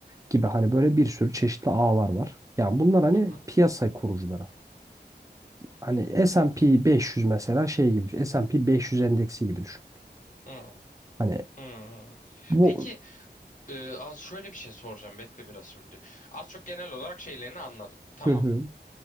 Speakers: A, on the right; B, on the left.
A: Gibi
B: Hı
A: hani
B: hı.
A: böyle bir sürü çeşitli ağlar var. Yani bunlar hani
B: Hı hı.
A: piyasa kurucuları. Hani S&P 500 mesela şey gibi düşün. S&P 500 endeksi gibi düşün.
B: Hı.
A: Hani
B: Hmm.
A: bu
B: Peki e, az şöyle bir şey soracağım bekle biraz şimdi. Az çok genel olarak şeylerini anladım. Tamam.
A: Hı hı